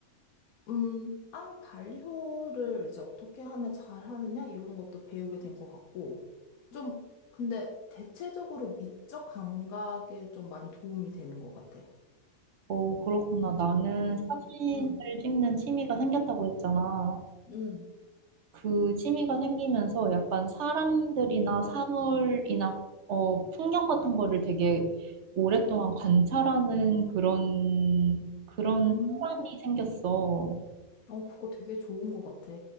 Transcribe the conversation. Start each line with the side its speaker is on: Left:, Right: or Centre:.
Left: 음, 빵 발효를 이제 어떻게 하면 잘 하느냐? 이런 것도 배우게 된 것 같고. 좀, 근데 대체적으로 미적 감각에 좀 많이 도움이 되는 것 같아.
Right: 어, 그렇구나. 나는
Left: 음,
Right: 사진을
Left: 음,
Right: 찍는 취미가 생겼다고 했잖아.
Left: 음,
Right: 그 취미가 생기면서 약간 사람들이나 사물이나 어, 풍경 같은 거를 되게 오랫동안 관찰하는 그런, 그런
Left: 음.
Right: 습관이 생겼어.
Left: 어, 그거 되게 좋은 것 같아.